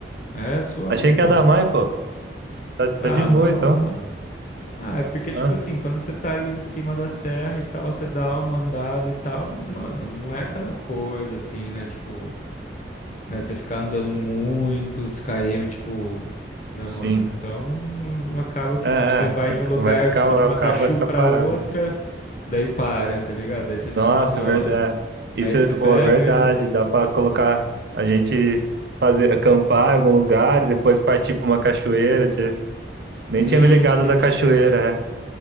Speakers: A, on the left; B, on the right.
A: É suave,
B: Achei que
A: mano.
B: ia dar mais, pô. Tá, tá
A: Ah,
B: de boa
A: não,
B: então.
A: mano. Ah, é porque, tipo
B: Ah,
A: assim, quando você tá ali em cima da serra e tal, você dá uma andada e tal, mas, mano, não é aquela coisa assim, né? Tipo, né? Você ficar andando muitos km, tipo, né,
B: sim.
A: mano? Então, acaba que,
B: É, é,
A: tipo, você vai de
B: é,
A: um lugar,
B: vai ficar,
A: tipo, de Macachu
B: o carro vai ficar
A: pra
B: parado.
A: outra, daí para, tá ligado? Daí você fica
B: Nossa,
A: umas horas.
B: ver- é, isso
A: Aí
B: é
A: você
B: boa
A: pega,
B: verdade. Dá pra colocar a gente fazer acampar em algum lugar e depois partir pra uma cachoeira. tchê.
A: sim,
B: Nem tinha me ligado
A: sim.
B: da cachoeira, é.